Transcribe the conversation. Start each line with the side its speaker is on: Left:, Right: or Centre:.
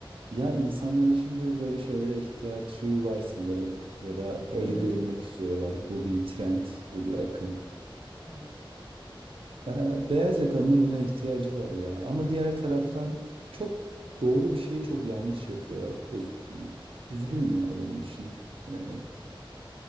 Right: Ya insanların şimdi böyle şeylere ihtiyacı var sanırım ya da öyle
Left: Hı hı.
Right: görünmek istiyorlar. Bu bir trend, bu bir akım.
Left: Evet.
Right: Ee, beyaz yakalının buna ihtiyacı var ya. Ama diğer taraftan çok doğru bir şeyi çok yanlış yapıyorlar. Üz- üzgünüm yani bunun için. Ee,